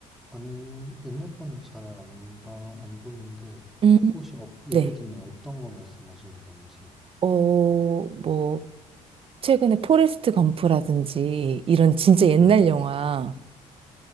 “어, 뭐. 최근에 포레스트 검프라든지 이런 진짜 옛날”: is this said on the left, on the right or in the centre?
Right